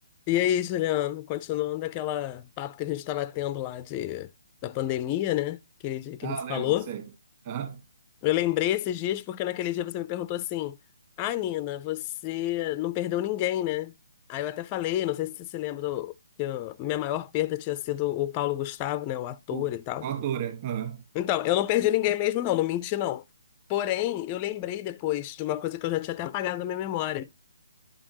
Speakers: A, on the left; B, on the right.
A: E aí, Juliano, continuando aquela papo que a gente estava tendo lá de, da pandemia, né? Aquele dia que
B: Ah,
A: a gente se
B: lembro,
A: falou.
B: sei. Aham.
A: Eu lembrei esses dias porque naquele dia você me perguntou assim: Ah, Nina, você não perdeu ninguém, né? Aí eu até falei, não sei se você se lembra, do, que eu- minha maior perda tinha sido o Paulo Gustavo, né? O ator
B: O, o
A: e tal.
B: autor é. Aham.
A: Então, eu não perdi ninguém mesmo, não, não menti, não. Porém, eu lembrei depois de uma coisa que eu já tinha até apagado da minha memória: